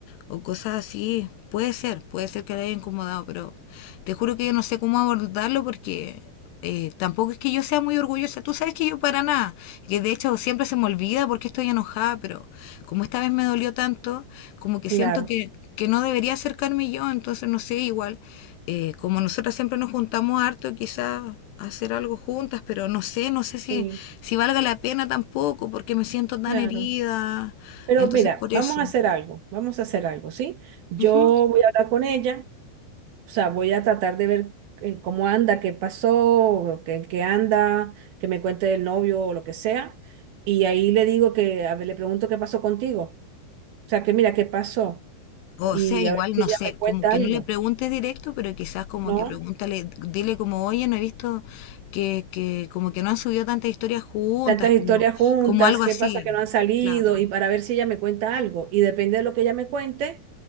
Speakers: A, on the left; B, on the right.
A: o cosas así. Puede ser, puede ser que la haya incomodado, pero te juro que yo no sé cómo abordarlo porque eh, tampoco es que yo sea muy orgullosa. Tú sabes que yo para nada, que de hecho siempre se me olvida porque estoy enojada, pero como esta vez me dolió tanto, como que
B: claro.
A: siento que que no debería acercarme yo, entonces no sé, igual, eh, como nosotras siempre nos juntamos harto, quizás hacer algo juntas, pero no sé, no sé si,
B: Sí,
A: si valga la pena tampoco, porque me siento tan
B: claro.
A: herida,
B: Pero
A: entonces
B: mira,
A: por
B: vamos
A: eso.
B: a hacer algo, vamos a hacer algo, ¿sí? Yo
A: Ujú.
B: voy a hablar con ella, o sea, voy a tratar de ver eh, cómo anda, qué pasó, qué, en qué anda, que me cuente el novio o lo que sea. Y ahí le digo que, a ver, le pregunto qué pasó contigo. O sea, que mira, qué pasó.
A: O
B: Y
A: sea, igual,
B: a ver si
A: no
B: ella
A: sé,
B: me cuenta
A: como que
B: algo,
A: no le preguntes directo, pero quizás como
B: ¿no?
A: que pregúntale, dile como, oye, no he visto que, que como que no han subido tantas historias juntas,
B: Tantas
A: como,
B: historias juntas,
A: como algo
B: qué
A: así,
B: pasa que no han salido,
A: claro.
B: y para ver si ella me cuenta algo. Y depende de lo que ella me cuente.